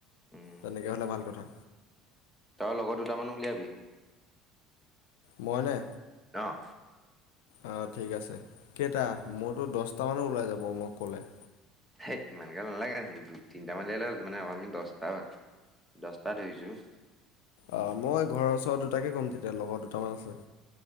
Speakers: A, in the centre; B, on the left (about 80°).
A: উম
B: তেনেকে হলে ভাল কথা।
A: তৰ লগৰ দুটামান উলিয়াবি।
B: মই নে?
A: অ'
B: অ', ঠিক আছে কেইটা? মোৰটো দহটামানো ওলাই যাব মই ক'লে
A: হেইত ইমান গাল নালাগে আৰু দুই তিনিটা মান ললে মানে আমি দহটা দহটা ধৰিছোঁ।
B: অ', মই ঘৰৰ ওচৰৰ দুটাকে ক'ম তেতিয়া লগৰ দুটামান আছে।